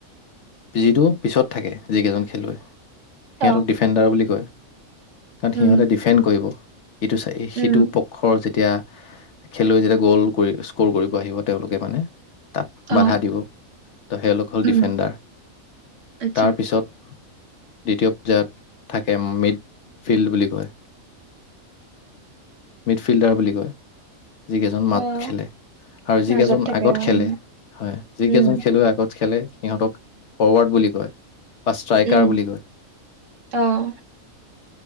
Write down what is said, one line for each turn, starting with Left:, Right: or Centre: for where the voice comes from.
Left: যিটো পিছত থাকে যিকেইজন খেলুৱৈ সিহঁতক
Right: অ
Left: ডিফেণ্ডাৰ বুলি কয় কাৰণ
Right: উম
Left: সিহঁতে ডিফেণ্ড কৰিব এইটো চাই
Right: উম
Left: সেইটো পক্ষৰ যে তেতিয়া খেলুৱৈ যেতিয়া গ'ল কৰি স্ক'ৰ কৰিব আহিব তেওঁলোকে মানে বাধা
Right: অ
Left: দিব ত সেইলোক হ'ল
Right: উম
Left: ডিফেণ্ডাৰ
Right: আচ্ছা।
Left: তাৰপিছত দ্বিতীয় পৰ্যায়ত থাকে মিড ফিল্ড বুলি কয় মিডফিল্ডাৰ বুলি কয় যিকেইজন মাজত
Right: অ',
Left: খেলে আৰু
Right: মাজত
Left: যিকেইজন
Right: থাকে
Left: আগত
Right: উম,
Left: খেলে হয় যিকেইজন
Right: উম,
Left: খেলুৱৈ আগত খেলে সিহঁতক ফৰৱাৰ্ড বুলি কয় বা ষ্ট্ৰাইকাৰ
Right: উম,
Left: বুলি কয়
Right: অ',